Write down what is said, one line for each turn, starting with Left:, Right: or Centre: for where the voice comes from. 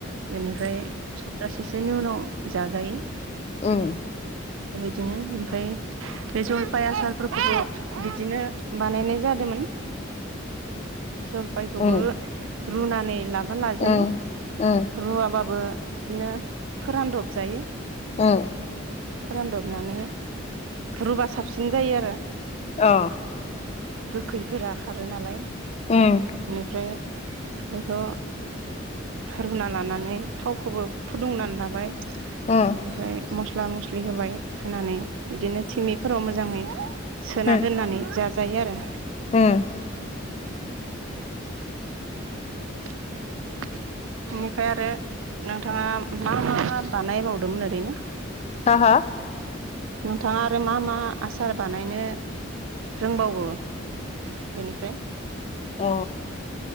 Right: बेनिफ्राय सप्तासेसोनि उनाव जाजायो।
Left: औ
Right: बिदिनो ओमफ्राय बे जलफाय आसारफोरखौबो बिदिनो बानायनाय जादोंमोन।
Left: <inaudible>
Right: जलफायखौबो
Left: उम उम
Right: रुनानै लाबा लाजायो
Left: उम उम
Right: रुवाबाबो बिदिनो फोरानदब जायो।
Left: औ।
Right: फोरानदबनानै रुबा साबसिन जायो आरो।
Left: औ।
Right: गोखैफोरा खारो नालाय
Left: उम
Right: बेनिफ्राय बेखौ रुना लानानै थावखौबो फुदुंनानै लाबाय
Left: उम
Right: ओमफ्राय मस्ला मस्लि होबाय। होनानै बिदिनो थिमिफोराव मोजाङै सोना
Left: उम
Right: दोननानै जाजायो आरो।
Left: उम
Right: <unintelligible> बेनिफ्राय आरो नों नोंथांङा मा मा मा बानायबावदोंमोन ओरैनो?
Left: हा हा
Right: नोंथांङा आरो मा मा आसार बानायनो रोंबावो? बेनिफ्राय।
Left: अ